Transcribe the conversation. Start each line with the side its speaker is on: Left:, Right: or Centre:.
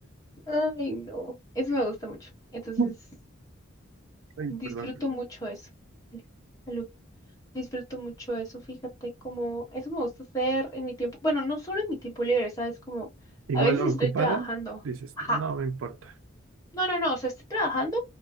Left: Ay, no. Eso me gusta mucho. Entonces,
Right: Ujú. Ay,
Left: disfruto
Right: perdón.
Left: mucho eso. Vale. Aló. Disfruto mucho eso. Fíjate cómo eso me gusta hacer en mi tiempo. Bueno, no solo en mi tiempo libre, ¿sabes? Como
Right: Igual
Left: a veces
Right: ocupada,
Left: estoy trabajando.
Right: dices,
Left: Ajá.
Right: no me importa.
Left: No, no, no. O sea, estoy trabajando,